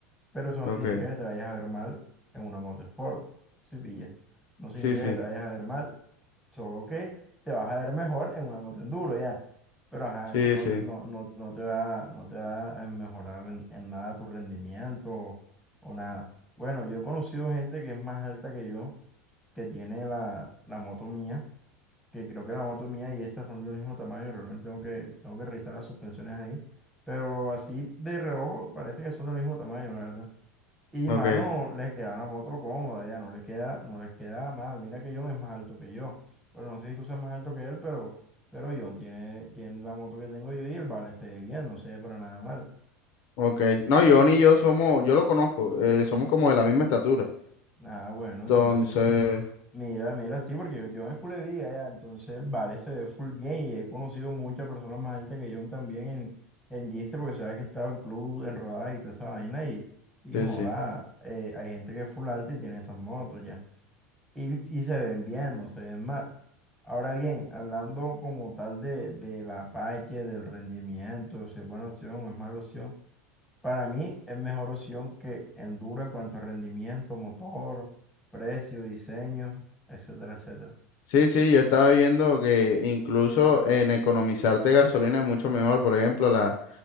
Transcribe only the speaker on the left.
ok,
sí, sí,
sí,
sí,
ok,
ok. No, yo ni yo somos, yo lo conozco, eh, somos como de la misma estatura.
Entonces,
sí,
sí.
Sí, sí, yo estaba viendo que incluso en economizarte gasolina es mucho mejor. Por ejemplo, la,